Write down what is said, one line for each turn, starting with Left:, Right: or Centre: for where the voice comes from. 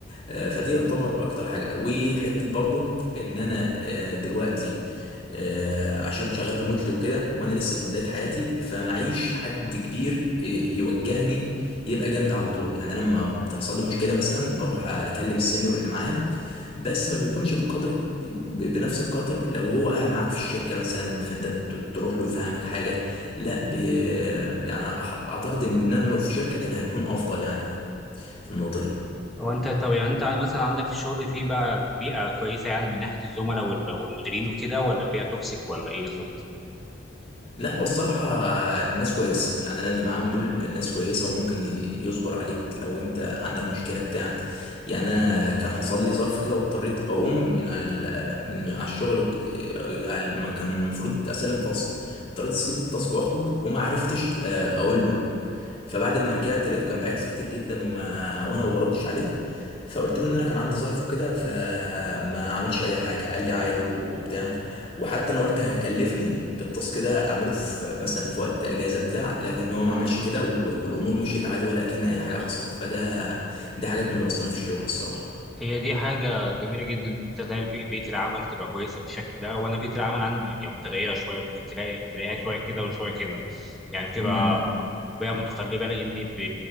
Left: آه، فدي يعتبر اكتر حاجه وحته برضو ان انا آه، دلوقتي آه، عشان شغال ريموتلي وكده وانا لسه في بدايه حياتي فمعيش حد كبير آه، يوجهني يبقى جنبي على طول يعني لما بتحصل لي مشكله مثلا بروح اكلم السينيور اللي معايا بس ما بيكونش بالقدر ب- بنفس القدر لو هو قاعد معاك في الشركه مثلا فانت ت- تروح له يفهمك حاجه لا ب... يعني أح- اعتقد ان انا لو في شركه كان هيكون افضل يعني في النقطه دي
Centre: هو انت طب يعني انت مثلا عندك في الشغل في بقى البيئه كويسه يعني من ناحيه الزملاء وال- والمديرين وكده ولا البيئه توكسيك ولا ايه بالظبط
Left: لا هو الصراحة الناس كويسة يعني أنا اللي معاهم دول الناس كويسة وممكن ي- يصبر عليك لو أنت عندك مشكلة بتاع يعني أنا كان حصل لي ظرف كده واضطريت أقوم من على ال- من على الشغل وك- على الم- كان المفروض أسلم تاسك اضطريت أسيب التاسك وأخرج وما عرفتش آه، أقول له فبعد ما رجعت لقيته كان باعت لي كتير جدا وما وأنا ما بردش عليه فقلت له ان انا كان عندي ظرف وكده فما عملش اي حاجه قال لي عادي وبتاع وحتى انا قلت هيكلفني التاسك ده اعمله في مثلا في وقت اجازه بتاع لكن هو ما عملش كده و- والامور مشيت عادي ولا كأن اي حاجه حصلت فده ده حاجات من اللي بسطاني في الشغل الصراحه
Centre: هي دي حاجة جميلة جدا إن أنت تلاقي البي- بيئة العمل تبقى كويسة بالشكل ده وأنا بيئة العمل عندي يعني متغيرة شوية ممكن تلاقي تلاقيها شوية كده وشوية كده يعني بتبقى
Left: امم
Centre: بيئة متقلبة لأن ب...